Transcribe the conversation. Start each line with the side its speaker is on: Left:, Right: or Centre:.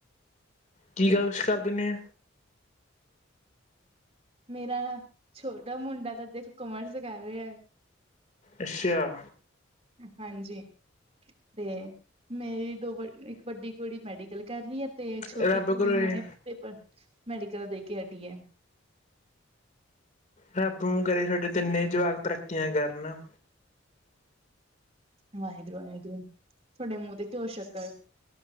Left: ਕੀ ਗੱਲ <unintelligible> ਕਰਦੇ ਨੇ,
Right: ਮੇਰਾ, ਛੋਟਾ ਮੁੰਡਾ ਤਾਂ ਦੇਖ ਕਮਰਸ ਕਰ ਰਿਹਾ।
Left: ਅੱਛਿਆ।
Right: ਹਾਂਜੀ। ਤੇ ਮੇਰੇ ਤੋਂ ਇੱਕ ਵੱਡੀ ਕੁੜੀ ਮੈਡੀਕਲ ਕਰ ਰਹੀ ਹੈ, ਤੇ ਛੋਟੀ
Left: ਰੱਬ
Right: ਕੁੜੀ
Left: ਕਰੇ
Right: ਹੁਣੇ ਪੇਪਰ ਮੈਡੀਕਲ ਦੇ ਕੇ ਹਟੀ ਹੈ।
Left: ਰੱਬ ਨੂੰ ਕਰੇ ਤੁਹਾਡੇ ਤਿੰਨੇ ਜਵਾਕ ਤਰੱਕੀਆਂ ਕਰਨ।
Right: ਵਾਹਿਗੁਰੂ-ਵਾਹਿਗੁਰੂ, ਤੁਹਾਡੇ ਮੂੰਹ ਤੇ ਘਿਉਂ ਸ਼ੱਕਰ ਹੈ